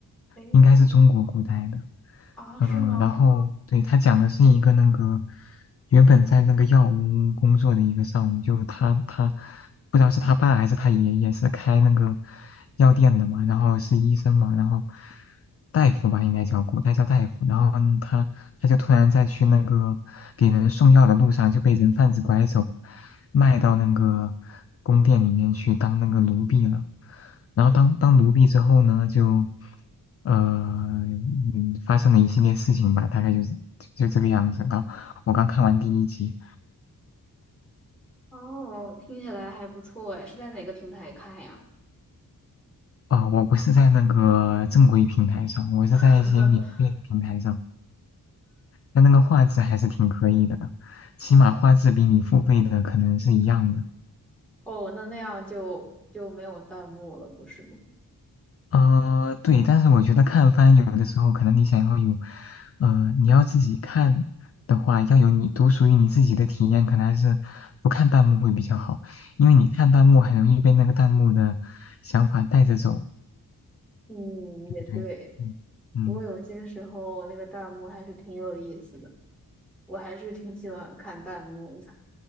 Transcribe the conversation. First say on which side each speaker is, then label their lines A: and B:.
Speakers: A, in the centre; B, on the left (about 40°).
A: 诶，
B: 应该是中国古代的。
A: 啊，
B: 嗯，
A: 是吗？
B: 然后对，他讲的是一个那个原本在那个药屋工作的一个少女，就她她不知道是她爸还是她爷爷是开那个药店的嘛，然后是医生嘛，然后大夫吧应该叫古代叫大夫，然后呢她他就突然在去那个给人送药的路上就被人贩子拐走，卖到那个宫殿里面去当那个奴婢了。然后当当奴婢之后呢，就呃嗯发生了一系列事情吧，大概就是就这个样子。然后我刚看完第一集，
A: 哦，听起来还不错哎，是在哪个平台看呀？
B: 啊、我不是在那个正规平台上，我是在一些免费的平台上，
A: <laughs>
B: 但那个画质还是挺可以的，起码画质比你付费的可能是一样的。
A: 哦，那那样就就没有弹幕了，不是吗？
B: 呃，对，但是我觉得看番有的时候，可能你想要有，呃，你要自己看的话，要有你独属于你自己的体验，可能还是不看弹幕会比较好，因为你看弹幕很容易被那个弹幕的想法带着走，
A: 嗯，
B: 对不对？
A: 也对。
B: 嗯嗯。
A: 不过有些时候那个弹幕还是挺有意思的，我还是挺喜欢看弹幕的。